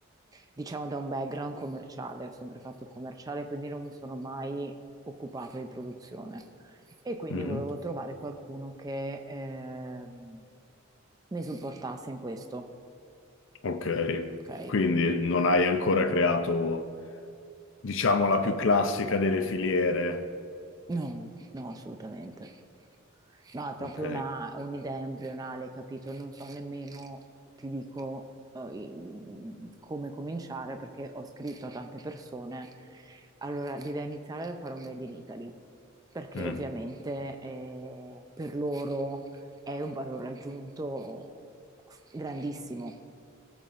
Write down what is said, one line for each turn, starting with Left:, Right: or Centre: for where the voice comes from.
Right: diciamo, da un background commerciale, ho sempre fatto il commerciale, quindi non mi sono mai occupata di produzione. E quindi
Left: Mm-hmm.
Right: volevo trovare qualcuno che ehm, mi supportasse in questo,
Left: Ok,
Right: ok?
Left: quindi non hai ancora creato, diciamo, la più classica delle filiere.
Right: No, no, assolutamente. No, è proprio
Left: Ok,
Right: una- un'idea embrionale, capito? Non so nemmeno, ti dico, eh, i- come cominciare perché ho scritto a tante persone. Allora, l'idea iniziale era fare un Made in Italy, perché
Left: Mm,
Right: ovviamente eh, per loro è un valore aggiunto grandissimo.